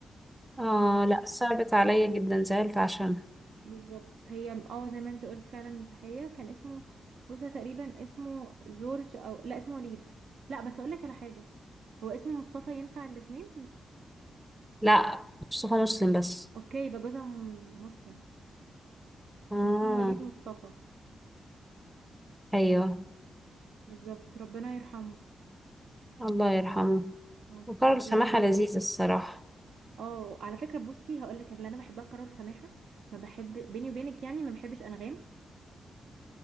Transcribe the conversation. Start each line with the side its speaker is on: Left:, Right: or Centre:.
Centre: اه
Right: هي
Centre: لا صعبت عليا جدا زعلت عشانها
Right: بالظبط هي اه زي ما انت قلت فعلا مسيحية كان اسمه بوسة تقريبا اسمه جورج او لا اسمه وليد لا بس اقول لك على حاجة هو اسمه مصطفى ينفع الاتنين
Centre: لا مصطفى مسلم بس
Right: اوكي يبقى جوزها م- مسلم
Centre: اه
Right: اسمه وليد مصطفى
Centre: ايوه
Right: بالظبط ربنا يرحمه
Centre: الله يرحمه
Right: اوكي
Centre: وكارل سماحة لذيذ الصراحة
Right: اه على فكرة بصي هقول لك اللي انا بحبها كارول سماحة ما بحب بيني وبينك يعني ما بحبش انغام